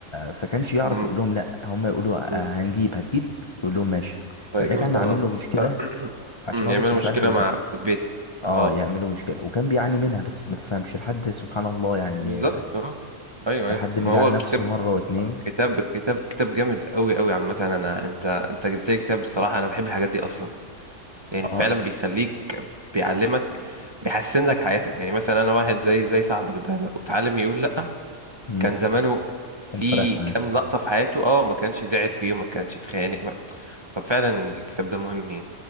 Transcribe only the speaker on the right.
امم
أمم.
فيقول
اه
ف- <clears throat>
أمم،
يعملوا
مشكلة
مع في البيت
اه
بالظبط اه ايوه
ايوه
ما
هو
كتاب
كتاب كتاب كتاب جامد قوي قوي عامة انا انت انت جبت لي كتاب بصراحة انا بحب الحاجات دي اصلا يعني
فعلا بيخليك بيعلمك بيحسن لك حياتك يعني مثلا انا واحد زي زي صاحبك ده لو اتعلم يقول لا
كان زمانه في
كام لقطة في حياته اه ما كانش زعل فيه وما كانش اتخانق ما- ففعلا الكتاب ده مهم يعني